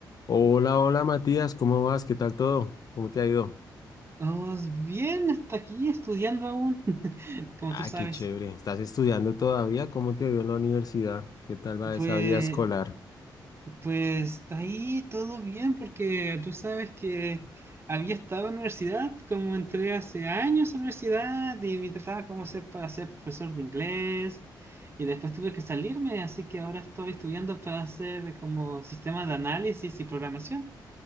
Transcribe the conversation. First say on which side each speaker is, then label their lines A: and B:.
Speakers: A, on the left; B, on the right.
A: Hola, hola Matías, ¿cómo vas? ¿Qué tal todo? ¿Cómo te ha ido?
B: Oh, bien, hasta aquí estudiando aún, <laughs> como
A: Ah,
B: tú sabes.
A: qué chévere. ¿Estás estudiando todavía? ¿Cómo te vio en la universidad? ¿Qué tal va esa
B: Pues,
A: vida escolar?
B: pues está ahí todo bien, porque tú sabes que había estado en la universidad, como entré hace años a la universidad y me trataba como ser para ser profesor de inglés, y después tuve que salirme, así que ahora estoy estudiando para hacer como sistema de análisis y programación.